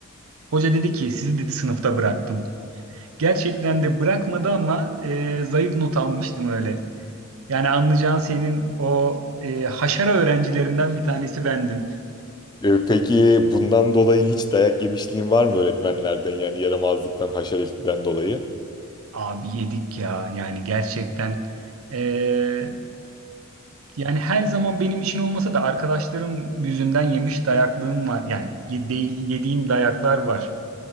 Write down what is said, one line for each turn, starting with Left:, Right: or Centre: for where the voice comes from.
Right: Hoca dedi ki sizi dedi sınıfta bıraktım. Gerçekten de bırakmadı ama e, zayıf not almıştım öyle. Yani anlayacağın senin o e, haşara öğrencilerinden bir tanesi bendim.
Left: Ee, Peki bundan dolayı hiç dayak yemişliğin var mı öğretmenlerden yani yaramazlıktan, haşeretinden dolayı?
Right: Abi yedik ya yani gerçekten. e, yani her zaman benim için olmasa da arkadaşlarım yüzünden yemiş dayaklığım var. Yani ye- de- yediğim dayaklar var.